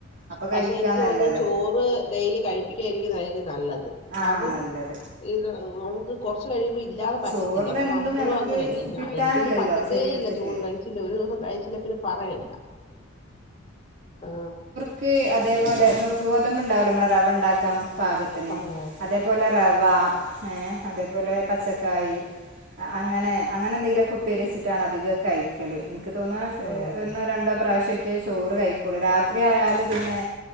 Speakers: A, on the right; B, on the left.
A: അപ്പൊ
B: പക്ഷേ
A: കഴിക്കാന്നല്ലത്
B: എനിക്ക് തോന്നുന്നു ചോറ് ഡെയിലി കഴിപ്പിക്കാായിരിക്കുന്നായിരിക്കും നല്ലത് കാരണം
A: ആഹ് നല്ലത്
B: ഇത് നു കുറച്ച് കഴിയുമ്പ ഇത് ഇല്ലാതെ പറ്റത്തില്ല
A: ചോറിലെന്തും
B: അപ്പൊ നമ്മളും
A: ഞമ്മക്ക്
B: അങ്ങനെയല്ലേ ഞ
A: കിട്ടാനില്ലല്ലോ
B: എനിക്കൊന്നും പറ്റത്തേ
A: ശരീരത്ത്ക്ക്
B: ഇല്ല ചോറ് കഴിച്ചില്ല ഒരു ദിവസം കഴിച്ചില്ല പിന്നെ പറയണ്ട ആ
A: ക്ക് അതേപോലെ നുർക്ക് ഗോതമ്പ് ഉണ്ടാവുമല്ലോ നമ്മളെ റവ ഉണ്ടാക്കാം പാകത്തിന്
B: ആഹ്
A: അതേപോലെ റവ വാ ഏ അതേപോലെ പച്ചക്കറി ക്കായി അങ്ങനെ അങ്ങനെ എന്തെങ്കിലുംക്കേ ഉപ്പരിെച്ചിട് അധിക കയ്ക്കല് എനിക്ക് തോന്ന
B: ആഹ്
A: എന്നോ രണ്ടോ പ്രാവശ്യ ക്കേ ചോറ് കഴിക്കുള്ളൂ രാത്രി ആയാല പിന്നെ